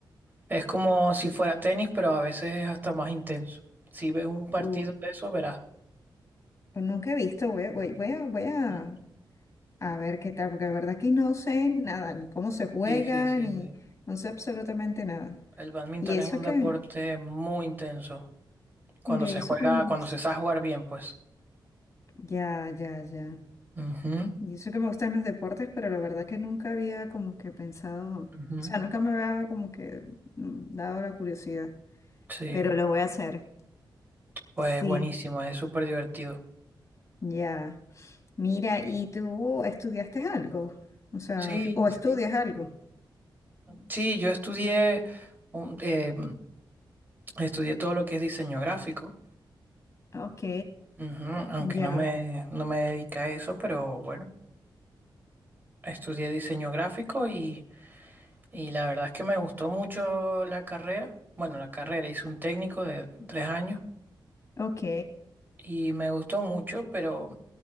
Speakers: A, on the right (about 25°); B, on the left (about 35°).
A: Es como si fuera tenis, pero a veces es hasta más intenso. Si ves un partido
B: Uh,
A: de eso, verás.
B: nunca he visto, voy, a- voy, voy a, voy a,
A: ¿Mm?
B: a ver qué tal, porque de verdad que no sé nada, ni cómo se juega,
A: Sí, sí, sí,
B: ni
A: sí.
B: no sé absolutamente nada.
A: El bádminton
B: ¿Y eso
A: es un
B: que,
A: deporte muy intenso. Cuando
B: Mire,
A: se
B: eso
A: juega,
B: que me gusta.
A: cuando se sabe jugar bien, pues.
B: Ya, ya, ya.
A: Ujú,
B: Y eso que me gustan los deportes, pero la verdad que nunca había como que pensado, o
A: ujú.
B: sea, nunca me había como que mm, dado la curiosidad,
A: Sí,
B: pero lo voy a hacer.
A: pues
B: Sí,
A: buenísimo, es súper divertido.
B: ya. Mira, ¿y tú estudiaste algo? O sea,
A: Sí,
B: ¿o estudias
A: sí.
B: algo?
A: Sí, yo estudié, un- eh, estudié todo lo que es diseño gráfico.
B: Ok,
A: Ujú, Aunque
B: ya,
A: no me, no me dedica a eso, pero bueno, estudié diseño gráfico y Y la verdad es que me gustó mucho la carrera. Bueno, la carrera hice un técnico de tres años
B: ok.
A: y me gustó mucho, pero